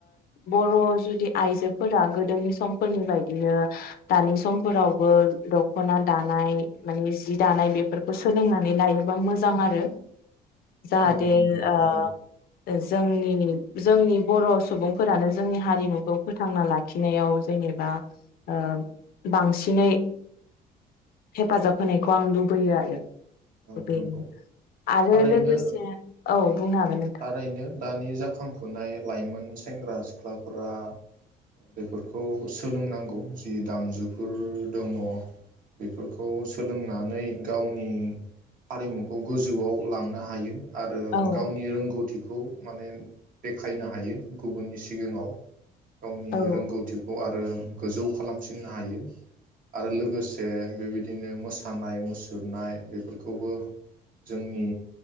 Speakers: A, on the left; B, on the right.
A: बर' जुदि आइजोफोरा गोदोनि समफोरनि बायदिनो दानि समफोरावबो दख'ना दानाय मानि जि दानाय बेफोरखौ सोलोंनानै लायोबा मोजां आरो। जाहाथे
B: औ नंगौ
A: ओ
B: थारैनो
A: ओ जोंनि जोंनि बर' सुबुंफोरानो जोंनि हारिमुखौ फोथांना लाखिनायाव जेनेबा ओ बांसिनै हेफाजाब होनायखौ आं लुबैयो आरो।
B: औ
A: बेनो
B: नंगौ
A: आरो
B: थारैनो
A: लोगोसे औ। बुंनो हागोन नों
B: थारैनो दानि जाखांफुनाय लाइमोन सेंग्रा सिख्लाफोरा बेफोरखौ सोलोंनांगौ जि दामजुफोर दङ' बेफोरखौ सोलोंनानै गावनि हारिमुखौ गोजौआव लांनो हायो। आरो
A: औ
B: गाव गौथिखौ माने देखायनो हायो गुबुननि सिगाङाव। गावनि
A: औ
B: रोंगौथिखौ आ ओ गोजौ खालामसिननो हायो आरो लोगोसे बेबायदिनो मोसानाय मुसुरनाय बेफोरखौबो जोंनि